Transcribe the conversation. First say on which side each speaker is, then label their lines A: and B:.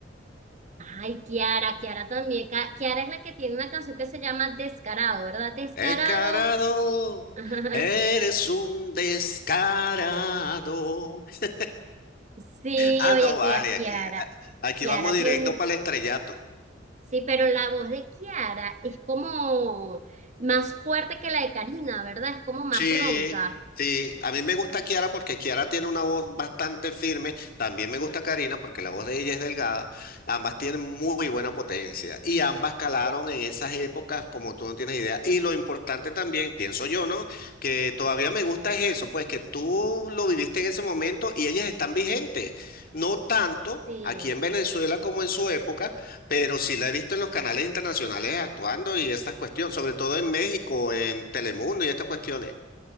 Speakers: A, on the right; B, on the left.
A: Ay, Kiara, Kiara también. Ca- Kiara es la que tiene una canción que se llama Descarado, ¿verdad? Descarado.
B: Descarado,
A: <laughs>
B: eres un descarado. <laughs>
A: Sí,
B: Ah,
A: oye,
B: no, vale,
A: que a Kiara.
B: aquí, aquí
A: Kiara
B: vamos directo
A: tiene.
B: para el estrellato.
A: Sí, pero la voz de Kiara es como más fuerte que la de Karina, ¿verdad? Es como más
B: Sí,
A: ronca.
B: sí. A mí me gusta Kiara porque Kiara tiene una voz bastante firme. También me gusta Karina porque la voz de ella es delgada. Ambas tienen muy buena potencia y ambas calaron en esas épocas como tú no tienes idea. Y lo importante también, pienso yo, ¿no? Que todavía me gusta es eso, pues que tú lo viviste en ese momento y ellas están vigentes. No tanto.
A: Sí.
B: Aquí en Venezuela como en su época, pero sí la he visto en los canales internacionales actuando y estas cuestiones, sobre todo en México, en Telemundo y estas cuestiones.